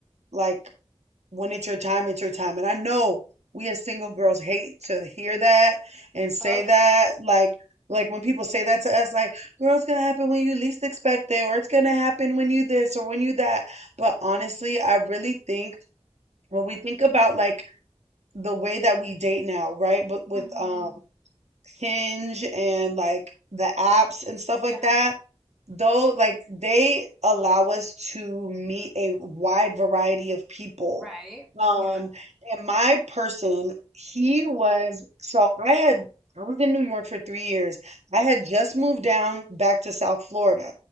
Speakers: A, on the right; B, in the centre.
A: like when it's your time, it's your time. And I know we as single girls hate to hear that and say
B: Oh,
A: that. Like like when people say that to us, like, girl, it's gonna happen when you least expect it, or it's gonna happen when you this or when you that. But honestly, I really think when we think about like the way that we date now, right? But with
B: mhm.
A: um Hinge and like the apps and stuff like
B: Yeah,
A: that though like they allow us to meet a wide variety of people
B: right.
A: um
B: Yeah.
A: and my person he was so i had i was in new york for three years i had just moved down back to south florida